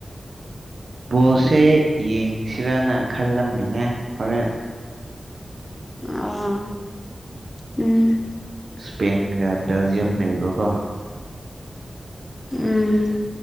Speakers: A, on the right; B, on the left.
A: ꯕꯣꯜꯁꯦ ꯌꯦꯡꯁꯤꯔꯅ ꯈꯜꯂꯝꯃꯤꯅꯦ ꯍꯣꯔꯦꯟ
B: ꯑꯥ ꯎꯝ
A: ꯁ꯭ꯄꯦꯟꯒ ꯕꯦꯜꯖꯤꯌꯝ ꯂꯩꯕꯀꯣ
B: ꯎꯝ